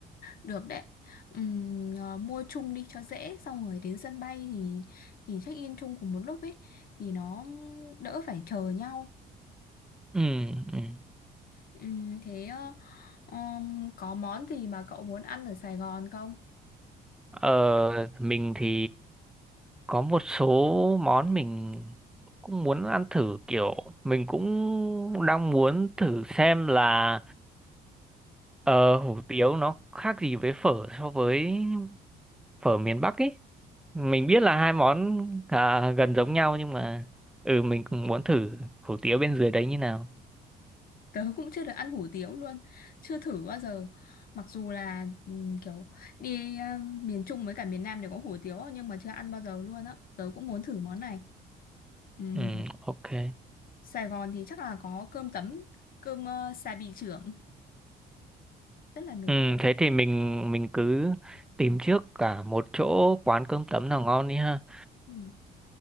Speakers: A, on the left; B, in the centre.
A: được đấy. Ừm, ờ, mua chung đi cho dễ xong rồi đến sân bay thì thì check in chung cùng một lúc ấy thì nó đỡ phải chờ nhau.
B: ừ, ừ.
A: Ừm, thế ờ, ờm, có món gì mà cậu muốn ăn ở Sài Gòn không?
B: Ờ, mình thì có một số món mình cũng muốn ăn thử kiểu mình cũng đang muốn thử xem là ờ, hủ tiếu nó khác gì với phở so với phở miền Bắc ý mình biết là hai món à, gần giống nhau nhưng mà ừ mình cũng muốn thử hủ tiếu bên dưới đấy như nào
A: Tớ cũng chưa được ăn hủ tiếu luôn, chưa thử bao giờ. Mặc dù là ừm, kiểu đi ờ, miền Trung với cả miền Nam đều có hủ tiếu nhưng mà chưa ăn bao giờ luôn á. Tớ cũng muốn thử món này. Ừm,
B: ừ ok
A: Sài Gòn thì chắc là có cơm tấm, cơm ờ, xà bì trưởng rất là nổi
B: ừ
A: tiếng.
B: thế thì mình mình cứ tìm trước cả một chỗ quán cơm tấm nào ngon đi ha
A: Ừm,